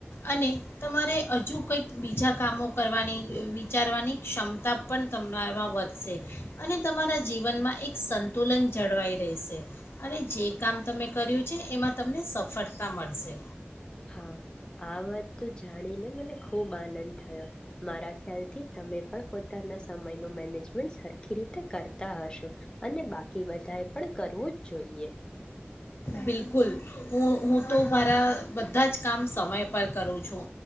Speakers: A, on the left (about 70°); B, on the left (about 20°).
A: અને તમારે હજુ કંઈક બીજા કામો કરવાની વિચારવાની ક્ષમતા પણ તમારામાં વધશે અને તમારા જીવનમાં એક સંતુલન જળવાઈ રહેશે અને જે કામ તમે કર્યું છે એમાં તમને સફળતા મળશે.
B: હા આ વાત તો જાણીને મને ખૂબ આનંદ થયો મારા ખ્યાલથી તમે પણ પોતાના સમયનું મેનેજમેન્ટ સરખી રીતે કરતા હશો અને બાકી બધાએ પણ કરવું જ જોઈએ.
A: બિલકુલ હું હું તો મારા બધા જ કામ સમય પર કરું છું